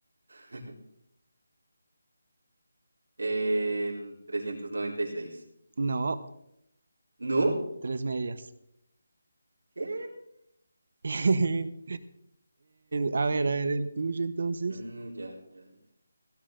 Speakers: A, on the right; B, on the right.
A: <laughs> el 396.
B: No,
A: ¿No?
B: tres medias.
A: ¿Qué?
B: <laughs> Eh, a ver, a ver, el tuyo entonces.
A: Mm, ya, ya, ya.